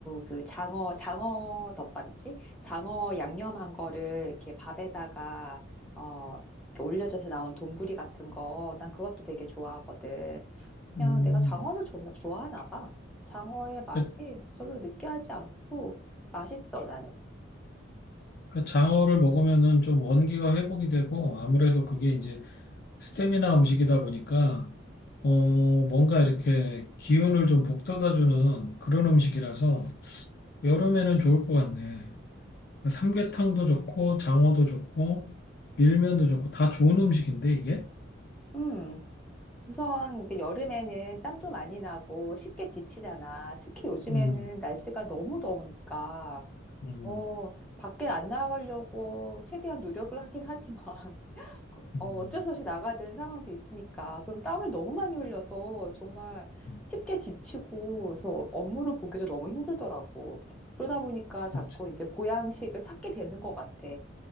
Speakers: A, in the centre; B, on the left.
A: 그 장어, 장어 덮밥이지? 장어 양념한 거를 이렇게 밥에다가, 어, 이렇게 올려져서 나온 돈부리 같은 거, 난 그것도 되게 좋아하거든. 그냥
B: 음.
A: 내가 장어를 좋아- 좋아하나 봐. 장어의 맛이
B: 그-
A: 별로 느끼하지 않고 맛있어, 나는.
B: 그 장어를 먹으면은 좀 원기가 회복이 되고 아무래도 그게 이제 스테미나 음식이다 보니까 어, 뭔가 이렇게 기운을 좀 북돋아주는 그런 음식이라서 여름에는 좋을 것 같네. 그러니까 삼계탕도 좋고 장어도 좋고 밀면도 좋고 다 좋은 음식인데 이게?
A: 음. 우선 이게 여름에는 땀도 많이 나고 쉽게 지치잖아. 특히 요즘에는
B: 음,
A: 날씨가 너무 더우니까
B: 음,
A: 어, 밖에 안 나가려고 최대한 노력을 하긴 하지만 <laughs> 그-
B: 음,
A: 어, 어쩔 수 없이 나가야 되는 상황도 있으니까 그럼 땀을 너무 많이 흘려서 정말
B: 음,
A: 쉽게 지치고 그래서 업무를 보기도 너무 힘들더라고. 그러다 보니까 자꾸
B: 그렇지.
A: 이제 보양식을 찾게 되는 것 같아.